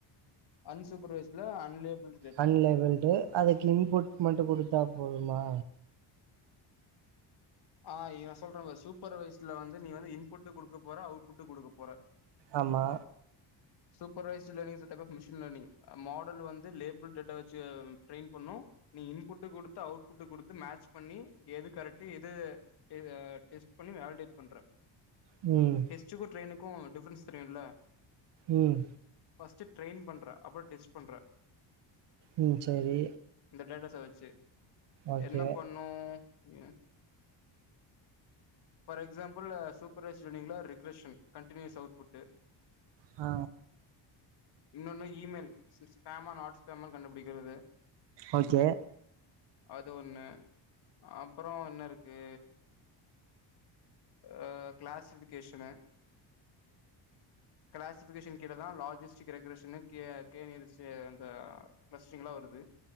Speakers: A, on the left (about 55°); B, on the right (about 60°).
A: அன்சூப்பர்வைஸ்ல அன்லேபிள்ரு
B: அன்லேவல்டு அதுக்கு இன்புட் மட்டு குடுத்தா போதுமா
A: ஆ இவெ சொல்றேம் பாரு சூப்பர்வைசஸ்ட்ல வந்து நீ வந்து இன்புட்டு குடுக்கப் போற அவுட்புட்டு குடுக்கப் போற
B: ஆமா
A: supervised learning <unintelligible> of machine learning model வந்து லேபிள் டேட்டா வெச்சு ட்ரைன் பண்ணு நீ இன்புட்டு குடுத்து அவுட்புட்டு குடுத்து மேட்ச் பண்ணி எது கரெக்ட்டு எ இது இகா டெஸ்ட் பண்ணி வேலிடேட் பண்ற
B: ம்
A: எஸ்ட்டுகு ட்ரெயினுக்கு டிஃபரென்ஸ் தெரியுல்ல
B: ம்
A: ஃபர்ஸ்ட்டு ட்ரைன் பண்றே அப்றோ டெஸ்ட் பண்றே
B: ம் சரி
A: இந்த டேட்டாச வெச்சு
B: ஓகே
A: என்னப் பண்ணு அ ஃபார் எக்ஸாம்பிள்லே சூப்பர்வைஸ்ர் லினிங்ல ரிக்ரஷன் கண்ட்டினியூஸ் அவுட்புட்டு
B: ஆ
A: இன்னொன்னு இ மெல் ஸ் ஸ்பேம நாட்ஸ்பேமன் கண்டுபிடிக்கிறது
B: ஓகே
A: அது ஒன்னு அப்பறோ என்ன இருக்கு அ கிளாசஃபிகேஷனு கிளாஸிபிகேஷன் கீழதா லாஜஸ்டிக் ரெகுரேஷன்னு கே கே நேறிஷு அந்த பிளஸ்ட்ரிங்கலா வருது